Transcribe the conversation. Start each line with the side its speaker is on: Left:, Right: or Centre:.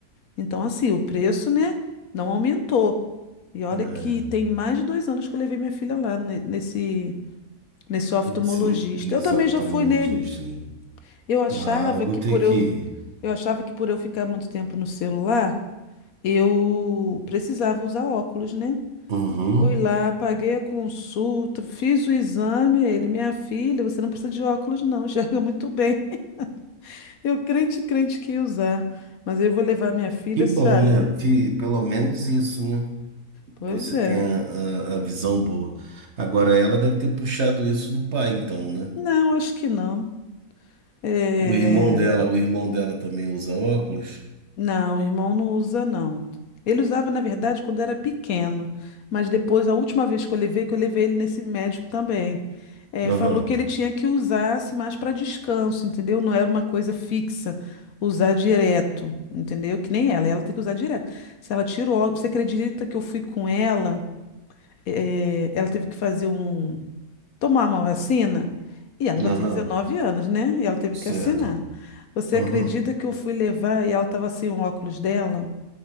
Left: Então, assim, o preço, né, não aumentou. E olha
Right: é,
Left: que tem mais de dois anos que eu levei minha filha lá ne- nesse, nesse oftalmologista.
Right: nesse, nesse
Left: Eu também
Right: oftalmologista.
Left: já fui nele. Eu achava
Right: Ah, eu vou
Left: que
Right: ter
Left: por
Right: que
Left: eu,
Right: ir.
Left: eu achava que por eu ficar muito tempo no celular, eu precisava usar óculos, né?
Right: Uhum.
Left: Fui lá, paguei a consulta, fiz o exame. Ele, minha filha, você não precisa de óculos, não, <laughs> enxerga muito bem. <laughs> Eu crente, crente que ia usar. Mas eu vou levar minha filha,
Right: Que bom,
Left: sabe?
Right: né? Que pelo menos isso, né?
Left: Pois
Right: Você
Left: é.
Right: tem a, a, a visão boa. Agora, ela deve ter puxado isso do pai, então, né?
Left: Não, acho que não. É,
Right: O irmão dela, o irmão dela também usa óculos?
Left: Não, o irmão não usa, não. Ele usava, na verdade, quando era pequeno, mas depois, a última vez que eu levei, que eu levei ele nesse médico também, eh,
Right: Aham,
Left: falou que ele tinha que usar assim, mais para descanso, entendeu? Não era uma coisa fixa, usar direto, entendeu? Que nem ela, ela tem que usar direto. Se ela tirou, você acredita que eu fui com ela, eh, ela teve que fazer um tomar uma vacina. E ela já
Right: aham,
Left: tem 19 anos, né? E ela teve
Right: certo.
Left: que assinar. Você
Right: Aham.
Left: acredita que eu fui levar e ela estava sem o óculos dela?